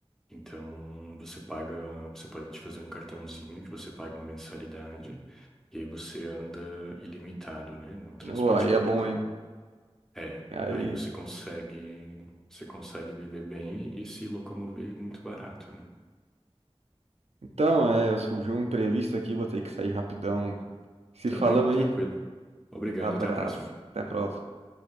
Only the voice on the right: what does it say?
Ué, aí
é bom, hein?
Aí,
então, é, surgiu um imprevisto aqui, vou ter que sair rapidão. Se
falamos
aí,
abraço.
Até a próxima.